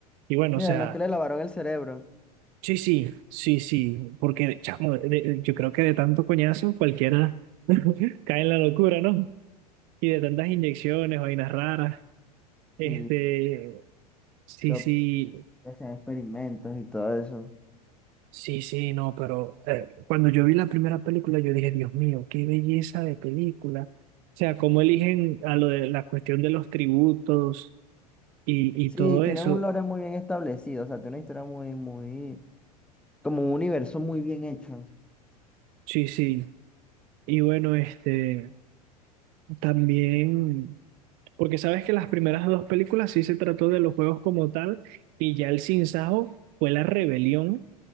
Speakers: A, on the right; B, in the centre.
A: Y bueno,
B: Y
A: o sea,
B: además que le lavaron el cerebro.
A: Sí, sí, sí, sí, porque chamo, de- de- yo creo que de tanto coñazo cualquiera <laughs> cae en la locura, ¿no? Y de tantas inyecciones, vainas raras, este,
B: Sí,
A: sí,
B: que op-
A: sí,
B: que hacían experimentos y todo eso.
A: sí, sí, no, pero eh, cuando yo vi la primera película yo dije, Dios mío, qué belleza de película. O sea, cómo eligen a lo de la cuestión de los tributos y,
B: Sí,
A: y todo
B: tienen
A: eso,
B: un lore muy bien establecido, o sea, tiene una historia muy, muy... Como un universo muy bien hecho.
A: sí, sí. Y bueno, este, también... Porque sabes que las primeras dos películas sí se trató de los juegos como tal, y ya el sinsajo fue la rebelión